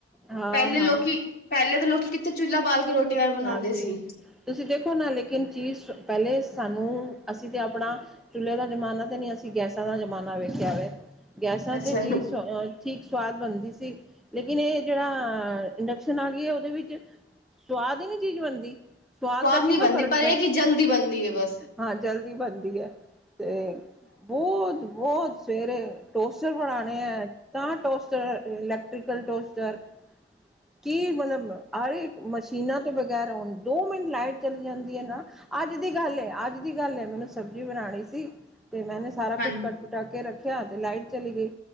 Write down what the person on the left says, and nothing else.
ਪੈਲੇ
ਲੋਕੀ ਪੈਲੇ ਦੇ ਲੋਕੀ ਕਿੱਥੇ ਚੁੱਲ੍ਹਾ ਬਾਲ ਕੇ ਰੋਟੀ ਵਾਰ ਬਣਾਉਂਦੇ
ਸੀ
ਅੱਛਾ
ਨੀ
ਬਣਦੀ
ਪਰ
ਇਹ ਕਿ ਜਲਦੀ ਬਣਦੀ ਹੈ ਬਸ
ਹਾਂਜੀ